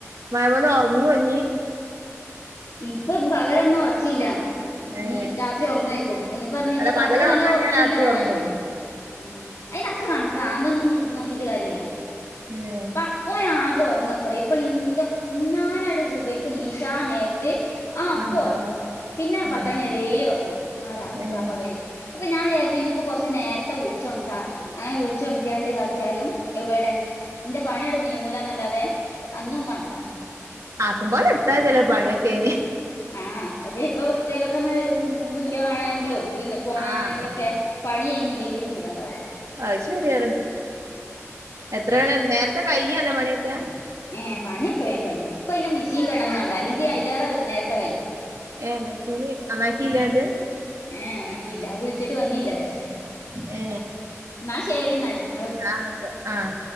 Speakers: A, on the right; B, on the left.
A: മയമത് ഒറങ്ങോ ഇഞ്ഞി.
B: ഇപ്പ പകലൊന്നും ഒറക്കില്ല. ഇനി
A: ഏഹ്
B: രാത്രി ഒറങ്ങേക്കും കുഞ്ഞിപ്പറഞ്ഞു
A: അല്ല
B: ജജ് പകല്
A: ഉറങ്ങാഞ്ഞാ
B: നല്ല ഉറക്കിണ്ടാവു
A: രാത്രി ഉറങ്ങും
B: പറഞ്ഞ്. ഉം അയിനക്ക കണക്കാ അതൊന്നും നോക്കിട്ട് കാര്യല്ല.
A: ഉം
B: പ ഓ ആകെ ഉറങ്ങാ പറ ഇപ്പൊ ഇന്റെ ഞാനായിടെ സുബയ്ക്ക് നീച്ചാൻ നേ ആ അപ്പ
A: ആഹ്
B: ഒറങ്ങും പിന്നെ പത്തണി
A: ആഹ്
B: വരേ ഒറങ്ങും. ആ രാത്
A: ഏഹ്
B: രാ പ്പകല് അപ്പൊ ഞാൻ വിചാരിച്ചു ഇനി ഇപ്പൊ കുറച്ച് നേരത്തെ വിളിച്ച വിളിച്ചൊണത്താ അങ്ങനെ വിളിച്ചൊണത്തിയാണ്ട് ഇതാക്കിയാലും എവടെ. ഇന്റെ പണിങ്ങട് നീങ്ങൂല ന്നല്ലാതെ അന്നും കണക്കാ.
A: ആക്കമ്പോലടുത്താതി ലോ പണിയൊക്കെ യിന്
B: ആഹ് പക്ഷേ ഇപ്പൊ എതേലൊക്കെ ന്ന് വീഡിയോ കാണെങ്കിലും പിന്നെ ഫോണാണെങ്കിലൊക്കെ.
A: ആഹ്
B: പണികയിഞ്ഞില്ലെങ്കിൽ ഒരു സുഖണ്ടവുല.
A: അത് ശെരിയാണ് എത്രേ നേരത്തെ കൈയ്യൊല്ലെ പണിയൊക്കെ
B: ഏ പണിയൊക്കെ വേഗം കയും ഇപ്പൊ അയിന് മിഷീൻ കേടന്നോണ്ട അല്ലെങ്കിൽ അതിലേറെ നേരത്തെ കയും.
A: ഏ മെഷീന് നന്നാക്കില്ലാ ങ്ങട്ട്.
B: ഏ <unintelligible> വിളിച്ചിട്ട് വന്നീല്ല വരെ
A: ഏ
B: ന്നാ ശരി ന്നാല്
A: ആഹ് ഓക്കെ ആഹ്